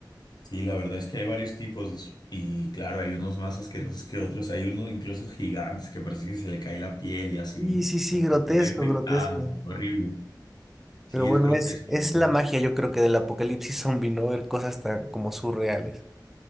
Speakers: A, on the left; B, in the centre.
A: Sí, la verdad es que hay varios tipos y claro, hay unos más asquerosos que otros. Hay uno incluso gigantes que parece que se le cae la piel y así,
B: Y sí, sí,
A: como
B: grotesco,
A: si estuviera infectada,
B: grotesco.
A: horrible. Sí,
B: Pero bueno,
A: es grotesco,
B: es, es
A: ¿no?
B: la magia, yo creo que del apocalipsis zombie, ¿no? Ver cosas tan como surreales.